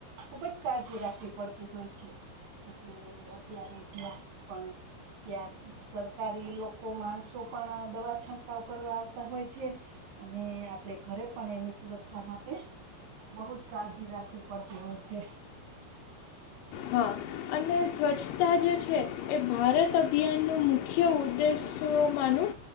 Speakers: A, on the right (about 65°); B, on the left (about 80°).
A: ખુબ જ કાળજી રાખવી પડતી હોય છે. એટલે અત્યારે જ્યાં પણ ત્યાં સર કારી ઈ લોકો માણસો પણ દવા છંટકાવ કરવા આવતા હોય છે. અને આપણે ઘરે પણ એની સુરક્ષા માટે બહુ જ કાળજી રાખવી પડતી હોય છે.
B: હા. અને સ્વચ્છતા જે છે એ ભારત અભિયાનનું મુખ્ય ઉદ્દેશોમાંનું